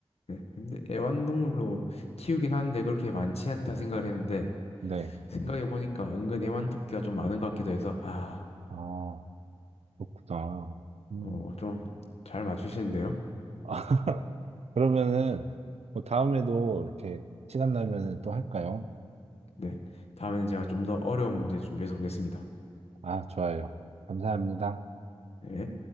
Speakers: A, on the left (about 70°); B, on the right (about 80°).
A: 네, 근데 애완동물로 키우긴 하는데 그렇게 많지 않다 생각을 했는데
B: 네.
A: 생각해 보니까 은근 애완토끼가 좀 많은 것 같기도 해서 아.
B: 아, 그렇구나. 음.
A: 어, 좀 잘 맞추시는데요.
B: 아, <laughs> 그러면은, 뭐 다음에도 이렇게 시간 나면은 또 할까요?
A: 네. 다음에는 제가 좀 더 어려운 문제 준비해서 오겠습니다.
B: 아, 좋아요. 감사합니다.
A: 네.